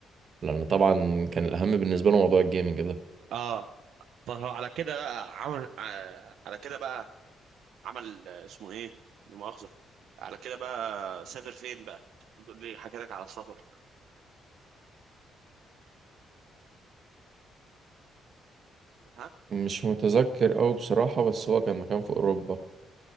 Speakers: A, on the right; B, on the right.
A: لان طبعا كان الاهم بالنسبه له موضوع الجيمنج ده
B: اه طب هو على كده بقى عمل آه، على كده بقى عمل آه، اسمه ايه لا مؤاخذة على كده بقى سافر فين بقى كنت بتقول لي حكى لك على السفر ها
A: مش متذكر قوي بصراحه بس هو كان مكان في اوروبا